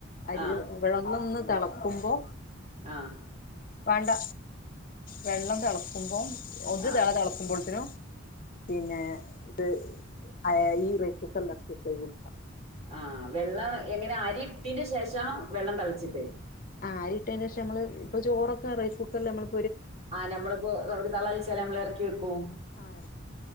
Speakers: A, on the left; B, on the right.
A: അരി
B: ആ
A: വെള്ളം ഒന്ന് വള്ളം ഒന്ന് തെളക്കുമ്പോ
B: ആഹ്
A: വാണ്ട വെള്ളം തെളക്കുമ്പോ ഒര്
B: ആ
A: തെള തെളക്കുമ്പോഴ്‌ത്തിനും പിന്നെ ഇത് ആയ് ഈ റൈസ്കുക്കറിലെറക്കിയെക്ക ഈ കുടുക്ക.
B: ആഹ് വെള്ളം എങ്ങനെ അരി ഇട്ടിന്റെ ശേഷം വെള്ളം തെളച്ചിട്ട്
A: ആ അരിട്ടീന് ശേഷം നമ്മള് ഇപ്പ ചോറൊക്കെ റൈസ് കുക്കറില് ഞമ്മള്
B: ആഹ് നമ്മളിപ്പോ ഒരു തെളതെളച്ചാ നമ്മള് എറക്കി വെക്കും
A: ആഹ്